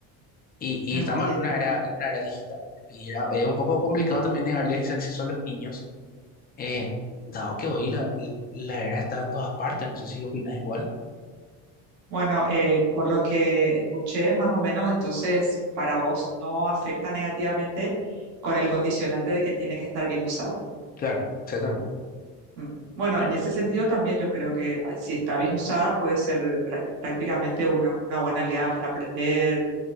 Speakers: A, on the left; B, on the right.
A: Y, y
B: Entiendo.
A: estamos en una era, en una era digital. Y era, es un poco complicado también negarles ese acceso a los niños eh, dado que hoy la, la era está en todas partes, no sé si opinas igual.
B: Bueno, eh, por lo que escuché, más o menos, entonces para vos no afecta negativamente con el condicionante de que tiene que estar bien usado.
A: Claro, exactamente.
B: Mm. Bueno, en ese sentido también yo creo que ah, si está bien usada puede ser prá- prácticamente una, una buena aliada para aprender.